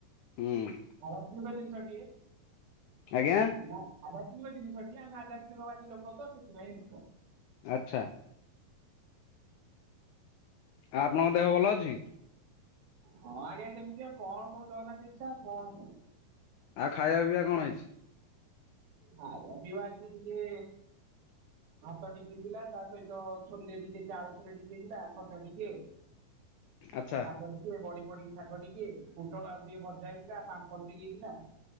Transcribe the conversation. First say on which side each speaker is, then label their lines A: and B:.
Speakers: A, on the left; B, on the right.
A: ହୁଁ।
B: ଆଧ୍ୟାତ୍ମିକ ଜିନିଷ ଟିଏ।
A: ଆଜ୍ଞା
B: ଭ ଆଧ୍ୟାତ୍ମିକ ଜିନିଷଟି, ଆମେ ଆଧ୍ୟାତ୍ମିକବାଦୀ ଲୋକ ତ ସେଥିପାଇଁ <inaudible>
A: ଆଚ୍ଛା। ଆ, ଆପଣଙ୍କ ଦେହ ଭଲ ଅଛି?
B: ହଁ ଆଜ୍ଞା ସେମିତି ଆଉ, କଣ ସବୁ ଜଗନ୍ନାଥ ଇଚ୍ଛା କଣ କ <inaudible>
A: ଆଉ ଖାଇବା ପିଇବା କଣ ହେଇଛି?
B: ହଁ ଖାଇବା ପିଇବା ଆଜି ଟିକେ ଭାତ ଟିକେ ହେଇଥିଲା ତା ସହିତ ଛଲେ ଟିକେ ଥିଲା, ଆଳୁ ଛଲେ ଟିକେ ହେଇଥିଲା, ଖଟା ଟିକେ।
A: ଆଚ୍ଛା
B: ଆଉ ଶାଗ ଟିକେ, ବଡି ପଡିକି ଶାଗ ଟିକେ, ପୋଟଳ ଆଳୁ ଟିକେ ଭଜା ହେଇଥିଲା। ପାମ୍ପଡ ଟିକେ ହେଇଥିଲା।